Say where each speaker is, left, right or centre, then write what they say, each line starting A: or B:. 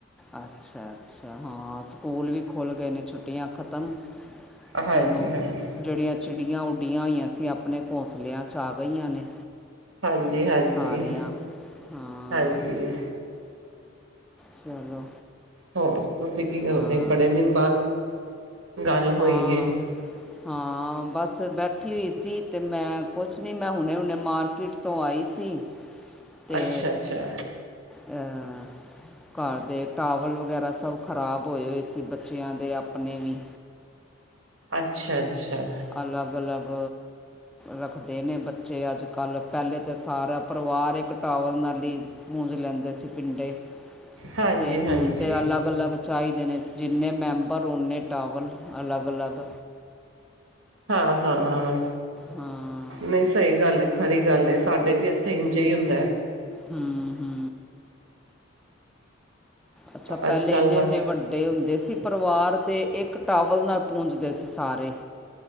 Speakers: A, in the centre; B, on the right.
A: ਅੱਛਾ-ਅੱਛਾ, ਹਾਂ ਸਕੂਲ ਵੀ ਖੁੱਲ ਗਏ ਨੇ ਛੁੱਟੀਆਂ ਖ਼ਤਮ।
B: ਹਾਂਜੀ
A: ਚਲੋ
B: ਹਾਂਜੀ
A: ਜਿਹੜੀਆਂ ਚਿੜੀਆਂ ਉਡੀਆਂ ਹੋਈਆਂ ਸੀ ਆਪਣੇ ਘੋਸਲਿਆਂ ਚ ਆ ਗਈਆਂ ਨੇ।
B: ਹਾਂਜੀ-ਹਾਂਜੀ,
A: ਸਾਰੀਆਂ ਹਾਂ
B: ਹਾਂਜੀ।
A: ਚਲੋ
B: ਹੋਰ ਤੁਸੀਂ ਕੀ ਕਰਦੇ,
A: ਹਾਂ
B: ਬੜੇ ਦਿਨ ਬਾਅਦ ਗੱਲ ਹੋਈ
A: ਹਾਂ।
B: ਹੈ
A: ਹਾਂ, ਬਸ ਬੈਠੀ ਹੋਈ ਸੀ ਤੇ ਮੈਂ ਕੁਛ ਨੀ ਮੈਂ ਹੁਣੇ ਹੁਣੇ ਮਾਰਕੀਟ ਤੋਂ ਆਈ ਸੀ। ਤੇ
B: ਅੱਛਾ ਅੱਛਾ
A: ਅਹ ਘਰ ਦੇ ਟਾਵਲ ਵਗੈਰਾ ਸਭ ਖ਼ਰਾਬ ਹੋਏ ਹੋਏ ਸੀ ਬੱਚਿਆਂ ਦੇ ਆਪਣੇ ਵੀ।
B: ਅੱਛਾ-ਅੱਛਾ।
A: ਅਲੱਗ-ਅਲੱਗ ਰੱਖਦੇ ਨੇ ਬੱਚੇ ਅੱਜ-ਕੱਲ ਪਹਿਲੇ ਤੇ ਸਾਰਾ ਪਰਿਵਾਰ ਇੱਕ ਟਾਵਲ ਨਾਲ ਹੀ ਪੂੰਜ ਲੈਂਦੇ ਸੀ ਪੀਡੇ
B: ਹਾਂਜੀ
A: ਤੇ ਹੁਣ
B: ਹਾਂਜੀ
A: ਤੇ ਅਲੱਗ-ਅਲੱਗ ਚਾਹੀਦੇ ਨੇ ਜਿੰਨੇ ਮੈਂਬਰ ਓਨੇ ਟਾਵਲ ਅਲੱਗ-ਅਲੱਗ।
B: ਹਾਂ-ਹਾਂ,
A: ਹਾਂ
B: ਨ‌ਈ ਸਹੀ ਗੱਲ ਏ। ਸ‌ਈ ਗੱਲ ਏ ਸਾਡੇ ਵੀ ਇੱਥੇ ਇੰਝ ਹੀ ਹੁੰਦਾ ਐ।
A: ਹੂੰ ਹੂੰ। ਅੱਛਾ ਪਹਿਲੇ
B: ਅੱਜ ਕੱਲ੍ਹ
A: ਐਨੇ-ਐਨੇ
B: ਬਸ
A: ਵੱ ਵੱਡੇ ਹੁੰਦੇ ਸੀ ਪਰਿਵਾਰ ਤੇ ਇੱਕ ਟਾਵਲ ਨਾਲ ਪੂੰਜਦੇ ਸੀ ਸਾਰੇ।